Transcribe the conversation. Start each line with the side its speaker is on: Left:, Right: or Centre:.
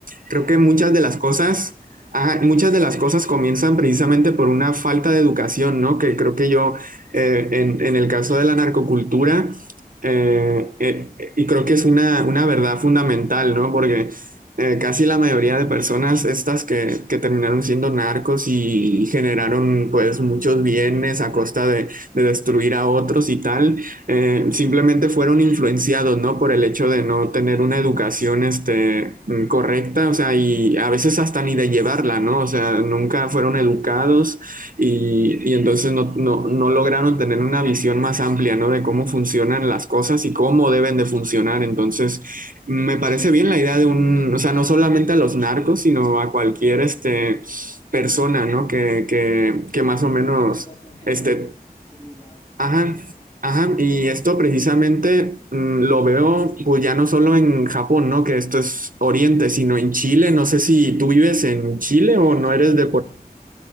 Left: Generar
Right: Creo
Left: un
Right: que
Left: equilibrio.
Right: muchas de las cosas, ah, muchas de las cosas comienzan precisamente por una falta de educación, ¿no? Que creo que yo, eh, en, en el caso de la narcocultura, eh, eh, y creo que es una, una verdad fundamental, ¿no? Porque eh, casi la mayoría de personas estas que, que terminaron siendo narcos y generaron pues muchos bienes a costa de, de destruir a otros y tal, eh, simplemente fueron influenciados, ¿no? Por el hecho de no tener una educación, este, mm, correcta, o sea, y a veces hasta ni de llevarla, ¿no? O sea, nunca fueron educados y, y entonces no, no, no lograron tener una visión más amplia, ¿no? De cómo funcionan las cosas y cómo deben de funcionar. Entonces, me parece bien la idea de un, o sea, no solamente a los narcos, sino a cualquier, este, persona, ¿no? Que, que, que más
Left: Sí, bu,
Right: o menos
Left: una educación general
Right: este,
Left: de equilibrada.
Right: Ajá, ajá, y esto precisamente mm, lo veo pues ya no solo en Japón, ¿no? Que esto es Oriente, sino en Chile. No sé si tú vives en Chile
Left: Yo
Right: o
Left: soy
Right: no
Left: chileno.
Right: eres de
Left: <laughs>
Right: por...